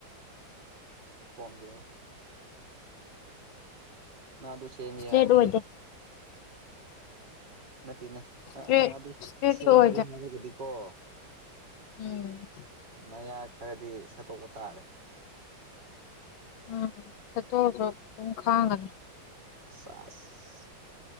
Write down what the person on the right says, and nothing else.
ꯐꯣꯟꯒꯦ ꯅ ꯇꯨ ꯁꯦꯃꯤ
ꯍꯥꯏ
ꯅꯠꯇꯦꯅꯦ
ꯅꯪ ꯑꯗꯨ
ꯁꯦꯝꯒꯦ
ꯍꯥꯏꯔꯒꯗꯤꯀꯣ
ꯃꯌꯥ ꯈꯔꯗꯤ ꯁꯠꯇꯣꯛꯄ ꯇꯥꯔꯦ
ꯆꯁ